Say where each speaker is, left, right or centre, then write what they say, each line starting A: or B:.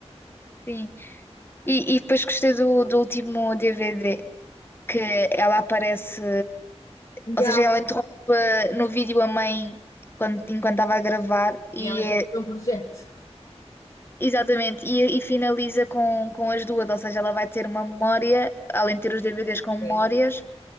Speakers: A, on the left (about 20°); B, on the left (about 50°).
A: Sim. E, e depois gostei do, do último DVD que ela aparece. Ou
B: Já.
A: seja, ela interrompe eh, no vídeo a mãe quando, enquanto estava a gravar e
B: E é então
A: é-
B: é um projeto.
A: exatamente, e, e finaliza com, com as duas, ou seja, ela vai ter uma memória, além de ter os DVDs com memórias,
B: Sim,